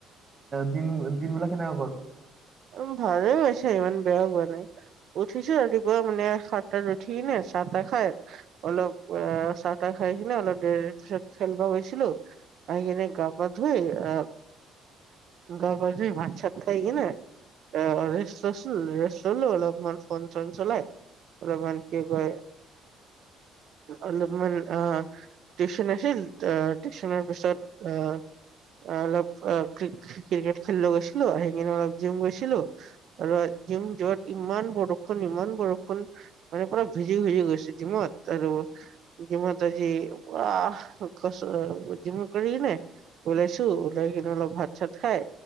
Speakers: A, on the right; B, on the right.
A: দিন দিনবিলাক কেনেকা গ'ল?
B: উ ভালে গৈছে ইমান বেয়া হোৱা নাই। উঠিছো ৰাতিপুৱা মানে সাত তাত উঠি কিনে চাহ তাহ খাই। অলপ আহ চাহ-তাহ খাই কিনে অলপ দেৰি পিছত খেলিব গৈছিলোঁ। আহি কিনে গাপা ধুই আহ, গাপা ধুই ভাত-চাত খাই কিনে এ ৰেষ্ট লৈছোঁ ৰেষ্ট ললোঁ অলপমান ফোন-চোন চলাই। অলপমান কি কয় অলপমান অ' টিউচন আছিল আহ টিউচনৰ পিছত আহ আহ অলপ আহ ক্ৰিকেট খেলব গৈছিলোঁ আহি কিনে অলপ জিম গৈছিলোঁ। আৰু জিম য'ত ইমান বৰষুণ, ইমান বৰষুণ। তাৰে পৰা ভিজি, ভিজি গৈছোঁ জিমত, আৰু ইতিমধ্যে সি পুৰা <unintelligible> জিম কৰিলে। ওলাইছোঁ ওলাই কিনে অলপ ভাত-চাত খাই